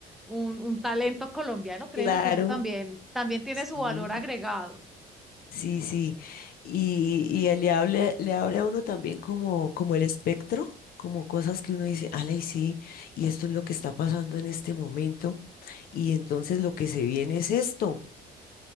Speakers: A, in the centre; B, on the left.
A: un, un talento colombiano, créeme
B: claro.
A: que eso también, también tiene
B: Sí,
A: su valor agregado.
B: sí. sí. Y, y él le hable- le abre a uno también como, como el espectro, como cosas que uno dice, ala, y sí, y esto es lo que está pasando en este momento. Y entonces lo que se viene es esto.